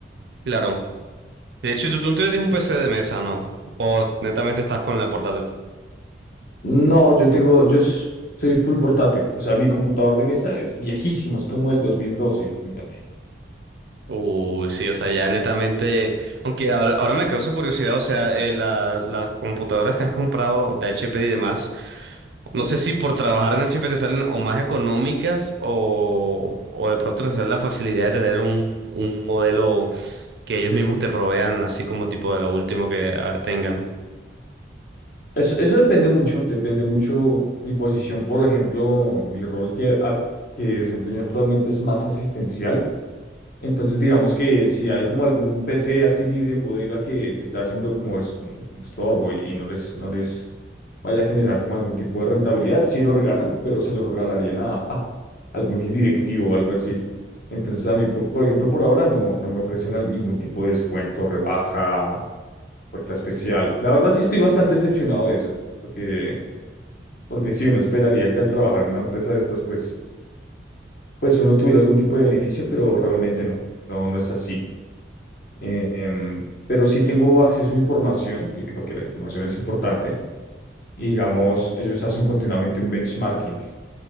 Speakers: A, on the right; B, on the left.
A: Claro, De hecho, tú, tú tienes un PC de mesa, ¿no? O netamente estás con la portátil.
B: No, yo tengo, yo s- soy full portátil, o sea, mi computador de mesa es viejísimo, es como el 2012, imagínate.
A: Uy, sí, o sea, ya netamente. Aunque ahora ahora me causa curiosidad, o sea, eh, la- las computadoras que has comprado de HP y demás, no sé si por trabajar en HP te salen o más económicas o, o de pronto te sale la facilidad de tener un, un modelo que ellos mismos te provean, así como tipo de lo último que ah, tengan.
B: Eso, eso depende mucho, depende mucho mi posición, por ejemplo, mi rol que, ac- que desempeño actualmente es más asistencial. Entonces, digamos que si hay como algún PC así libre en bodega que, que está haciendo como, es, como un estorbo y, y no les, no les vaya a generar como algún tipo de rentabilidad, sí lo regalan, pero se lo regalarían a, a algún directivo o algo así. Entonces, a mí, por, por ejemplo, por ahora no, no me ofrecen al- ningún tipo de descuento, rebaja, Puerta especial. La verdad sí estoy bastante decepcionado de eso, porque, porque sí, uno esperaría que al trabajar en una empresa de estas, pues, pues uno tuviera algún tipo de beneficio, pero realmente no, no, no es así. Eh, em, pero sí tengo acceso a información, que creo que la información es importante, y digamos, ellos hacen continuamente un benchmarking